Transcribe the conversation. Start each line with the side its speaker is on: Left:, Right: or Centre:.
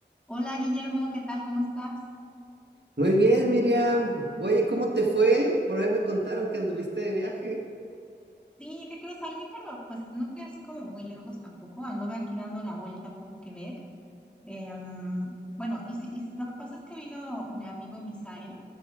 Centre: Hola Guillermo, ¿qué tal? ¿Cómo estás?
Right: Muy bien, Miriam. Oye, ¿cómo te fue? Por ahí me contaron que anduviste de viaje.
Centre: Sí, que quiero salir, pero pues no fui así como muy lejos tampoco. Anduve aquí dando la vuelta por Quebec. Em, bueno, y, sí- y lo que pasa es que vino mi amigo Misael,